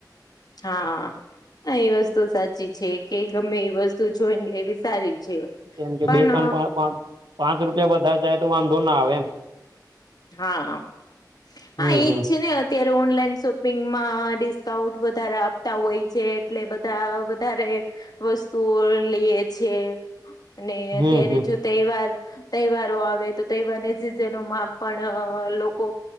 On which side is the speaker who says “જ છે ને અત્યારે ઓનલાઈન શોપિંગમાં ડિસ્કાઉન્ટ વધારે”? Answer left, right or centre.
Left